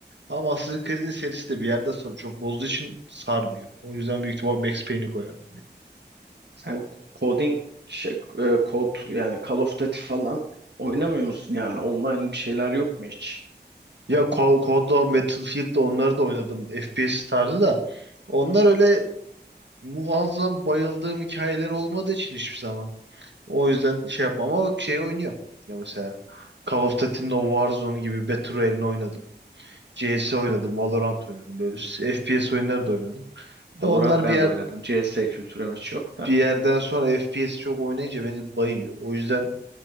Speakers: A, on the right; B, on the right.
A: Ama Assassin's Creed'in serisi de bir yerden sonra çok bozduğu için sarmıyor. O yüzden büyük ihtimal Max Payne'i koyardım.
B: Sen coding, şey, e, kod yani Call of Duty falan oynamıyor musun yani? Online bir şeyler yok mu hiç?
A: Ya Call Co- COD'da, Battlefield'da onları da oynadım. FPS tarzı da. Onlar öyle muazzam bayıldığım hikayeler olmadığı için hiçbir zaman. O yüzden şey yapmam ama şey oynuyorum. Ya mesela Call of Duty'nin o Warzone gibi Battle Royale'ini oynadım. CS oynadım, Valorant oynadım. Böyle FPS oyunları da oynadım.
B: Valorant
A: Da onlar
B: ben
A: bir yer
B: de oynadım. CS kültürümüz çok da.
A: bir yerden sonra FPS çok oynayınca beni bayıyor. O yüzden